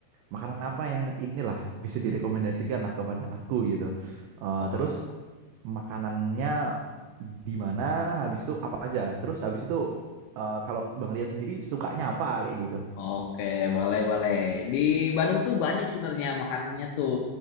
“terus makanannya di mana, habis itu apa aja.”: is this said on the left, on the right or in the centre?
Right